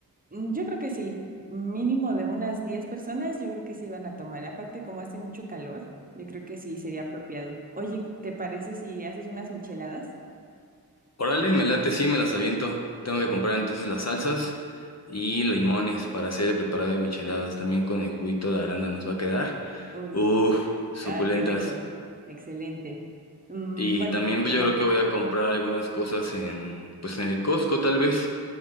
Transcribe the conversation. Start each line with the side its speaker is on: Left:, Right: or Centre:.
Right: Mm, Yo creo que sí, mínimo de unas 10 personas, yo creo que sí van a tomar. Aparte, como hace mucho calor, yo creo que sí sería apropiado. Oye, ¿te parece si haces unas micheladas?
Left: Órale, me late, sí, me las aviento. Tengo que comprar entonces las salsas y limones para hacer el preparado de micheladas. También con el juguito de aranda nos va a quedar.
Right: Uy,
Left: Uf, suculentas.
Right: ay, qué rico. Excelente. Mm,
Left: Y
Right: bueno,
Left: también pues
Right: ajá,
Left: yo creo que voy a comprar algunas cosas en, pues en el Costco tal vez.